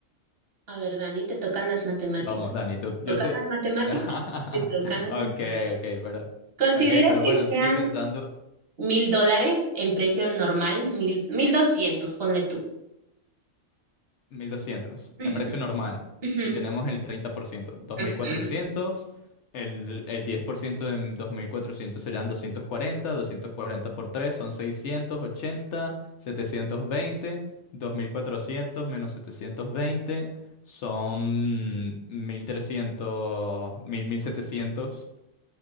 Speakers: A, on the right; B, on the left.
A: A ver, Dani, te tocan las matemáticas.
B: Vamos, Dani, tú- yo
A: Te Tocan
B: sé.
A: las matemáticas.
B: <laughs>
A: Te tocan las
B: Ok,
A: matemáticas.
B: ok, pero,
A: Considera
B: ok, pero
A: que
B: bueno,
A: sean
B: sigue pensando,
A: mil dólares en precio normal, mil, mil doscientos, ponle tú.
B: 1200
A: Ujú,
B: en precio normal.
A: ujú,
B: Y tenemos el treinta por ciento dos
A: ujú,
B: mil cuatrocientos El, el 10% de 2400 serán doscientos cuarenta doscientos cuarenta por 3 son seiscientos ochenta setecientos veinte dos mil cuatrocientos menos 720 son mil trescientos mil mil setecientos